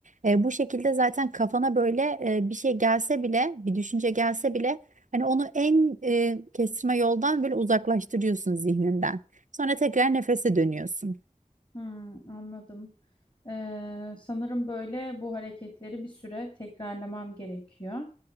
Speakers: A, on the right (about 65°); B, on the left (about 35°).
A: E, bu şekilde zaten kafana böyle e, bir şey gelse bile, bir düşünce gelse bile hani onu en e, kestirme yoldan böyle uzaklaştırıyorsun zihninden. Sonra tekrar nefese dönüyorsun.
B: Hmm, anladım. Ee, sanırım böyle bu hareketleri bir süre tekrarlamam gerekiyor.